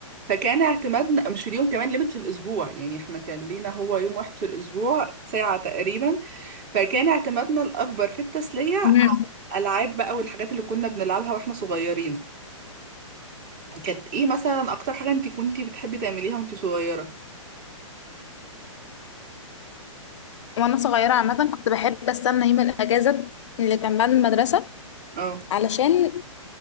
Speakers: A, on the right; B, on the left.
A: فكان اعتمادنا مش اليوم كمان ليميت في الاسبوع يعني احنا كان لينا هو يوم واحد في الاسبوع ساعة تقريبا فكان اعتمادنا الاكبر في التسلية على
B: مم.
A: الالعاب بقى والحاجات اللي كنا بنلعبها واحنا صغيرين كانت ايه مثلا اكتر حاجة انت كنتي بتحبي تعمليها وانت صغيرة
B: وانا صغيره عامه كنت بحب استنى يوم الاجازه اللي كان بعد المدرسه
A: اه
B: علشان